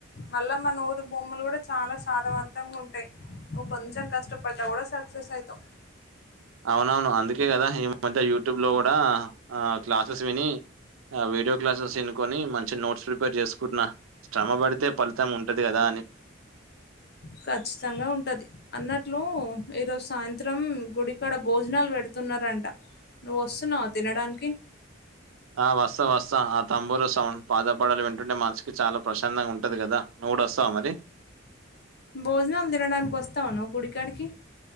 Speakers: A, on the left; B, on the right.
A: మళ్ళా మనూరు భూములు కూడ చాల సారవంతంగ ఉంటాయ్ నువ్ కొంచెం కష్టపడ్డ కూడ సక్సెస్ అయితావు
B: అవునవును అందుకే కదా ఈ మధ్య యూట్యూబ్ లో కూడ ఆ క్లాసెస్ విని ఆ వీడియో క్లాసెస్ వినుకొని మం మంచి నోట్స్ ప్రిపేర్ చేసుకుంటున శ్రమ పడితే ఫలితం ఉంటది కదా అని
A: ఖచ్చితంగ ఉంటది అన్నట్లు ఈరోజు సాయంత్రం గుడికాడ భోజనాలు పెడుతున్నారంట నువ్వు వస్తున్నావ తినడానికి
B: ఆ వస్తా వస్తా ఆ తంబూరు సౌండ్ పాద పాటలు వింటుంటే మనసుకి చాలా ప్రశాంతంగా ఉంటుంది కదా నువ్ కూడ వస్తావ మరి
A: భోజనాలు తినడానికి వస్తావ నువ్వు గుడికాడికి